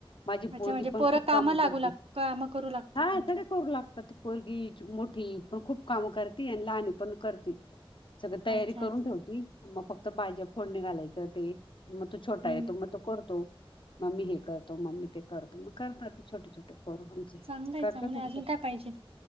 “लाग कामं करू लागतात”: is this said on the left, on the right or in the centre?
Right